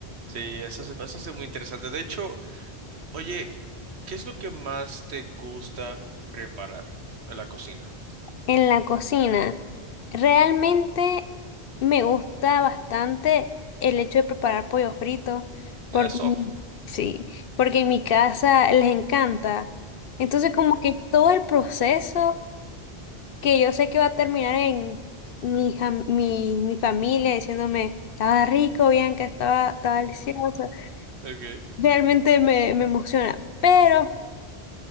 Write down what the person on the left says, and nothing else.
En la cocina, realmente me gusta bastante el hecho de preparar pollo frito, porque
sí, porque en mi casa les encanta. Entonces, como
que todo el proceso que yo sé que va a terminar en mi, jam- mi, mi familia diciéndome, estaba rico, Bianca, estaba, estaba delicioso.
Realmente me, me emociona. Pero,